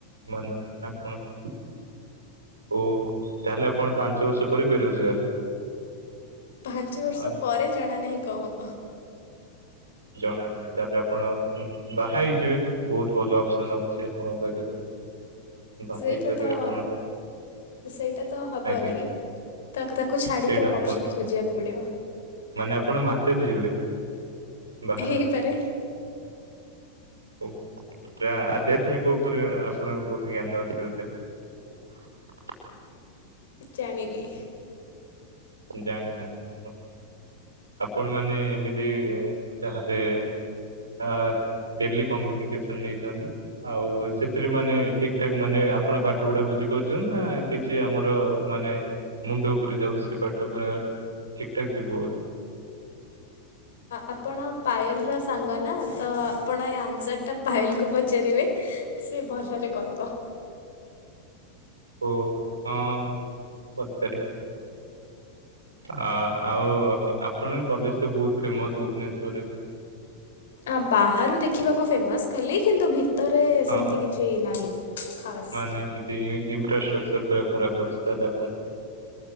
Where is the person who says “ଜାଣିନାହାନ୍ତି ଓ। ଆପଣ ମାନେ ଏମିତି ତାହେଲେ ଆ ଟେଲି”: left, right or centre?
Right